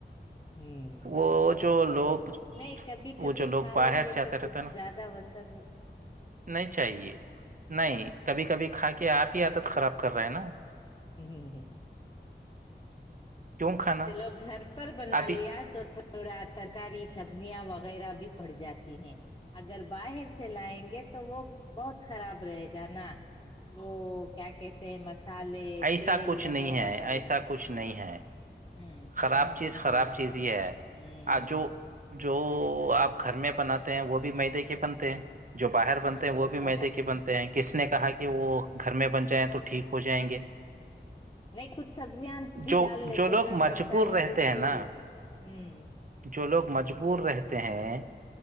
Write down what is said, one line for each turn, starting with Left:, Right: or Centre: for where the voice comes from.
Left: ہوں
Right: وہ جو لوگ
Left: نہیں کبھی
Right: وہ
Left: کبھی
Right: جو لوگ
Left: کھا لیں
Right: باہر
Left: گے
Right: سے آتے
Left: تو کچھ
Right: رہتے ہیں نا
Left: زیادہ وصن
Right: نہیں چاہیے نہیں کبھی کبھی کھا کے آپ ہی عادت خراب کر رہے ہیں نا
Left: ہ ہ ہ
Right: کیوں کھانا
Left: چلو گھر پر بنا
Right: ابھی
Left: لیا تو تھوڑا ترکاری سبزیاں وغیرہ بھی پڑ جاتی ہیں اگر باہر سے لائیں گے تو وہ بہت خراب رہے گا نا وہ کیا کہتے ہیں مسالے
Right: ایسا
Left: تیل
Right: کچھ
Left: وغیرہ
Right: نہیں ہے
Left: ڈال
Right: ایسا
Left: کے
Right: کچھ نہیں ہے
Left: ہوں
Right: خراب
Left: جنگ
Right: چیز
Left: جنگ
Right: خراب
Left: کی ہے
Right: چیز یہ ہے
Left: ہ
Right: آ جو جو آپ گھر میں بناتے ہیں وہ بھی میدے کے بنتے ہیں جو باہر بنتے
Left: ہاں
Right: ہیں وہ بھی
Left: تو
Right: میدے
Left: ہے
Right: کے بنتے کس نے کہا کہ وہ گھر میں بن جائیں تو ٹھیک ہو جائیں گے
Left: نہیں کچھ سبزیاں بھی
Right: جو
Left: ڈال لیتے
Right: جو لوگ
Left: نہ
Right: مجبور
Left: ترکاری
Right: رہتے
Left: کچھ
Right: ہیں
Left: ہوں
Right: نا جو لوگ مجبور رہتے ہیں